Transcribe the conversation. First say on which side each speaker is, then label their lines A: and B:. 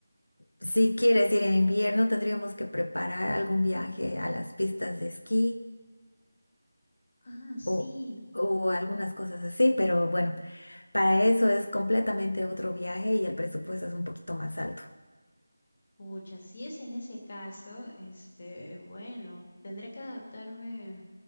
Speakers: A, on the left; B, on the left.
A: si quieres ir en invierno, tendríamos que preparar algún viaje a las pistas de esquí
B: Ah, sí.
A: o, o algunas cosas así, pero bueno, para eso es completamente otro viaje y el presupuesto es un poquito más alto.
B: Pucha, si es en ese caso, este, bueno, tendré que adaptarme